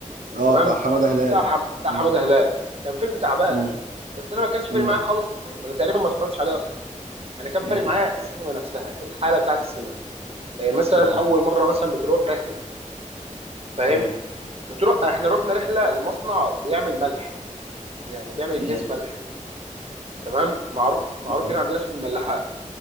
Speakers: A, on the right (about 90°); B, on the right (about 50°).
A: اه
B: تمام
A: بتاع حماده هلال
B: بتاع حم... بتاع
A: مم.
B: حماده هلال كان فيلم تعبان
A: مم.
B: بس انا ما كانش فارق
A: مم.
B: معايا خالص الفيلم انا تقريبا ما اتفرجتش عليه اصلا انا كان
A: مم.
B: فارق معايا السينما نفسها الحاله بتاعت السينما إيه مثلا
A: مم.
B: اول مره مثلا بتروح رحله فاهم
A: مم.
B: بتروح احنا رحنا رحله لمصنع بيعمل ملح يعني بيعمل اكياس
A: مم.
B: ملح تمام معروف معروف
A: مم.
B: هنا عندنا اسمه الملاحات